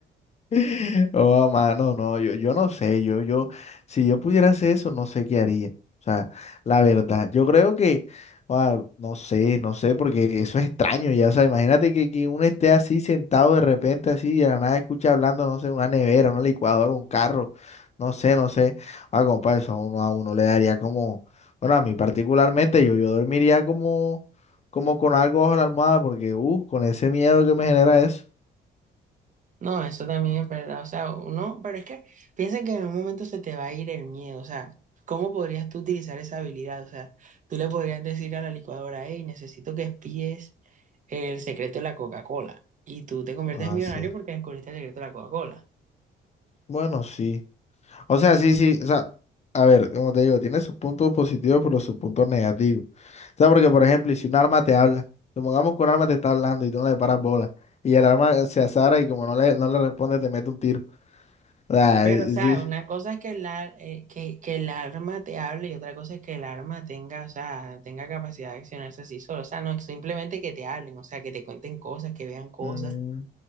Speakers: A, on the left; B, on the right.
A: <laughs> Oh, mano, no, yo, yo no sé, yo, yo, si yo pudiera hacer eso, no sé qué haría. O sea, la verdad, yo creo que, ah, no sé, no sé, porque eso es extraño ya. O sea, imagínate que, que uno esté así sentado de repente, así, y de la nada escucha hablando, no sé, una nevera, una licuadora, un carro, no sé, no sé. Ah, compa, eso a uno a uno le daría como, bueno, a mí particularmente, yo, yo dormiría como, como con algo bajo la almohada, porque, uh, con ese miedo que me genera eso.
B: No, eso también es verdad, o sea, uno, pero es que piensa que en un momento se te va a ir el miedo, o sea, ¿cómo podrías tú utilizar esa habilidad? O sea, tú le podrías decir a la licuadora, hey, necesito que espíes el secreto de la Coca-Cola y tú te conviertes
A: Ah,
B: en millonario
A: sí.
B: porque descubriste el secreto de la Coca-Cola.
A: Bueno, sí. O sea, sí, sí, o sea, a ver, como te digo, tiene sus puntos positivos, pero sus puntos negativos. O sea, porque, por ejemplo, y si un arma te habla, supongamos que un arma te está hablando y tú no le paras bola, y el arma se azara y como no le, no le responde, te mete un tiro. O sea,
B: Pero,
A: eh,
B: o sea,
A: sí.
B: una cosa es que el, ar- eh, que, que el arma te hable y otra cosa es que el arma tenga, o sea, tenga capacidad de accionarse así solo. O sea, no es simplemente que te hablen, o sea, que te cuenten cosas, que vean cosas.
A: mm,